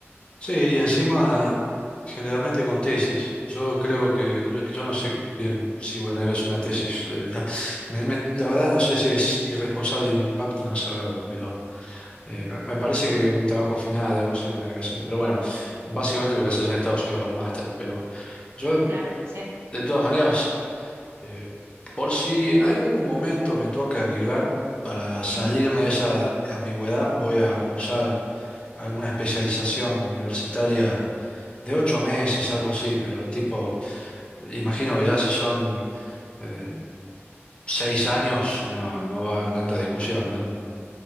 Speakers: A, on the left; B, on the right.
A: Sí, y encima generalmente con tesis. Yo creo que, yo, yo no sé qué- bien si voy a tener hacer una tesis. eh, <laughs> me- me- la verdad no sé si es irresponsable de mi parte no saberlo, pero Eh, me me parece que un trabajo final, algo así, voy a tener que hacer. Pero bueno, básicamente lo que haces en Estados Unidos para un máster. Pero yo,
B: Claro, sí.
A: de todas maneras, eh, por si en algún momento me toca emigrar, para salirme
B: Ujú.
A: de esa ambigüedad, voy a cursar alguna especialización universitaria de ocho meses, algo así. Pero tipo, imagino que ya si son eh, seis años, no, no va a haber tanta discusión, ¿no?